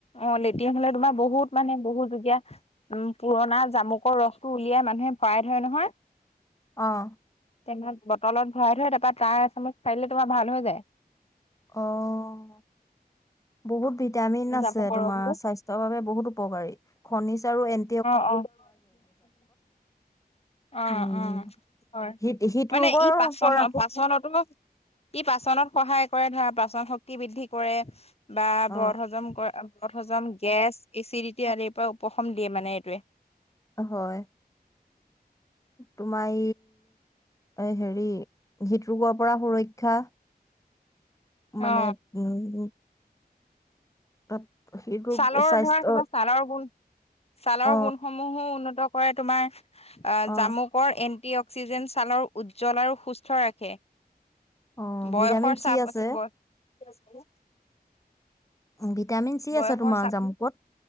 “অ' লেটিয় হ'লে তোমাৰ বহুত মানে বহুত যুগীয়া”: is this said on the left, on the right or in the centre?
Left